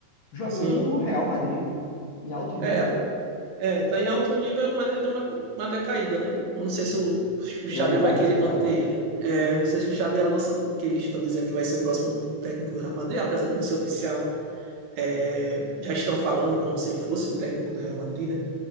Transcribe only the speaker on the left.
jogando
no Real Madrid, em alto nível.
Não,
pela
idade,
claro.